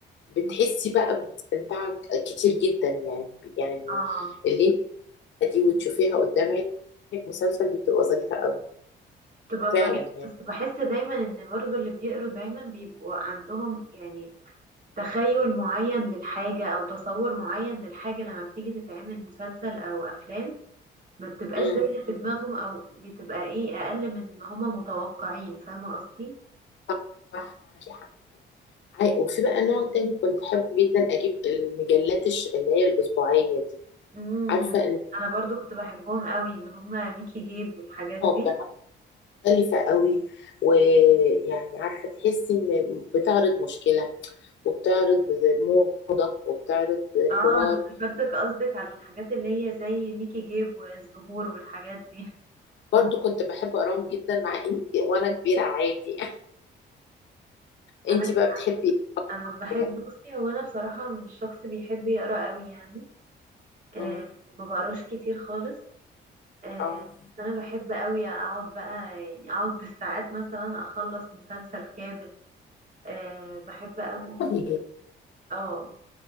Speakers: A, on the left (about 65°); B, on the right (about 40°).
A: بتحسي
B: مم.
A: بقى باستمتاع كتير جدا يعني يعني
B: اه
A: الليلة دي وتشوفيها قدام عينك مسلسل دي بتبقى ظريفة أوي
B: بتبقى ظريفة
A: فعلا يعني
B: بس بحس دايما ان برضو اللي بيقروا دايما بيبقوا عندهم يعني تخيل معين للحاجة او تصور معين للحاجة لما بتيجي تتعمل مسلسل او افلام ما بتبقاش
A: امم
B: زي اللي في دماغهم او بتبقى ايه اقل من ما هما متوقعين فاهمة قصدي
A: صح صح معاكي حق عاي- وفي بقى نوع تاني كنت أحب جدا أجيب المجلات الش- اللي هي الأسبوعية دي
B: امم
A: عارفة إن
B: انا برضو كنت بحبهم قوي اللي هما ميكي جيب والحاجات دي
A: موضوعات مختلفة قوي ويعني عارفة تحسي إن بتعرض مشكلة وبتعرض موضة وبتعرض حوار
B: اه انا افتكرتك قصدك على الحاجات اللي هي زي ميكي جيب والزهور والحاجات دي
A: برضو كنت بحب أقراهم جدا مع إن وأنا كبيرة عادي
B: انا
A: انتي بقى بتحبي
B: انا بحب
A: ايه حاجه
B: بصي هو انا بصراحه مش شخص بيحب يقرا قوي يعني آه
A: امم
B: ما بقراش كتير خالص آه
A: اه
B: بس انا بحب قوي اقعد بقى يعني اقعد بالساعات مثلا اخلص مسلسل كامل آه بحب قوي
A: والله
B: اه